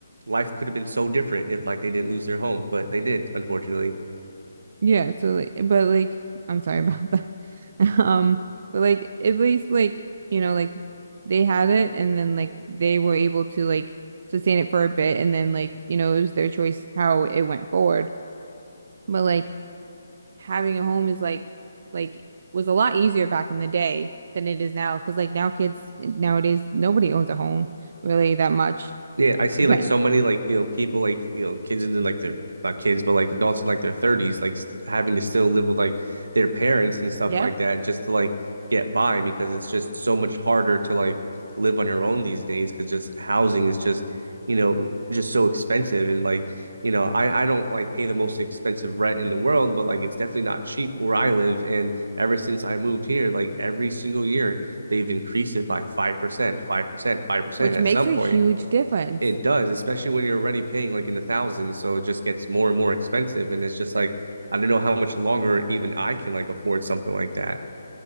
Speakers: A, on the right; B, on the right.
A: life could have been so different if like they didn't lose their home, but they did unfortunately.
B: Yeah, so like, but like, I'm sorry about that. <laughs> Um, but like, at least like, you know, like they had it and then like they were able to like sustain it for a bit and then like, you know, it was their choice how it went forward. But like having a home is like like was a lot easier back in the day than it is now because like now kids nowadays nobody owns a home really that much.
A: Yeah, I see
B: Depend.
A: like so many like you know people like you know kids in their like their not kids but like adults in like their 30s like st having to still live with like their parents and stuff
B: Yep.
A: like that just to like get by because it's just so much harder to like live on your own these days because just housing is just you know just so expensive and like you know I I don't like pay the most expensive rent in the world but like it's definitely not cheap where I live and ever since I moved here like every single year they've increased it by 5%, 5%, 5%
B: Which
A: at
B: makes
A: some
B: a
A: point
B: huge difference.
A: it does, especially when you're already paying like in the thousands, so it just gets more and more expensive, and it's just like I don't know how much longer even I can like afford something like that.